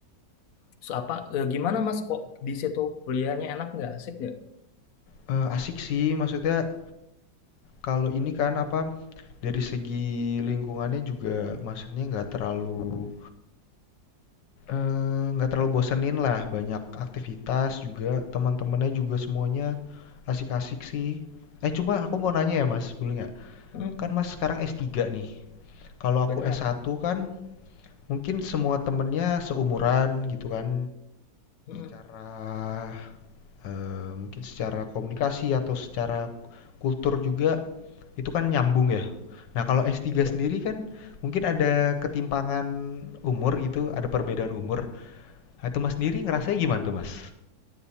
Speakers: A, on the left (about 60°); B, on the left (about 75°).
A: Terus apa eh, gimana mas kok di situ kuliahnya enak nggak asik nggak
B: Eh, asik sih, maksudnya kalau ini kan apa dari segi lingkungannya juga maksudnya nggak terlalu eh, nggak terlalu bosenin lah, banyak aktivitas juga, teman-temannya juga semuanya asik-asik sih. Eh, cuma aku mau nanya ya, Mas, boleh nggak?
A: Mhm.
B: Kan Mas sekarang s tiga nih. Kalau
A: benar
B: aku s satu kan Mungkin semua temennya seumuran gitu kan,
A: Mhm.
B: secara eh, mungkin secara komunikasi atau secara kultur juga itu kan nyambung ya. Nah, kalau S3
A: Iya
B: sendiri kan mungkin ada ketimpangan umur gitu, ada perbedaan umur. Nah, itu Mas sendiri ngerasanya gimana tuh, Mas?